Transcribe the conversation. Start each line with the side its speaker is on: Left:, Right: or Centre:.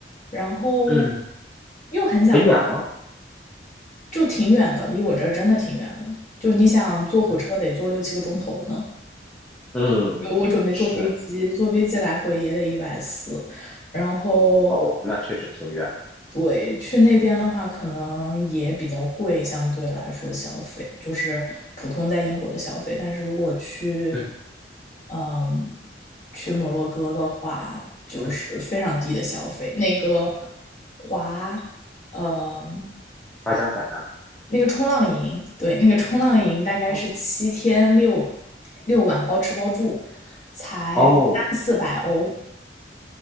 Left: 然后
Centre: 嗯，
Left: 又很想去
Centre: 很远吗？
Left: 就挺远的，离我这儿真的挺远的。就你想坐火车得坐六七个钟头呢，
Centre: 嗯嗯，
Left: 我准备坐飞机，
Centre: 是，
Left: 坐飞机来回也得一百四，然后
Centre: 哦，那确实挺远的。
Left: 对，去那边的话，可能也比较贵，相对来说消费就是普通在英国的消费。但是如果去，
Centre: 嗯
Left: 嗯，去摩洛哥的话，就是非常低的消费。
Centre: 嗯，
Left: 那个滑，嗯，
Centre: 滑翔伞啊，
Left: 那个冲浪营，对，那个冲浪营大概是七天六
Centre: 哦
Left: 六晚，包吃包住，才三四百欧。
Centre: 哦